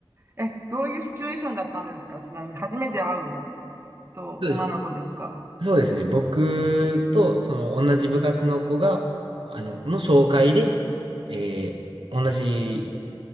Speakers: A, on the right; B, on the right.
A: え、どういうシチュエーションだったんですかちなみに、初めて会うと女の子ですか
B: そうですね。そうですね。僕と、その、同じ部活の子が、あの、の紹介で、えー同じ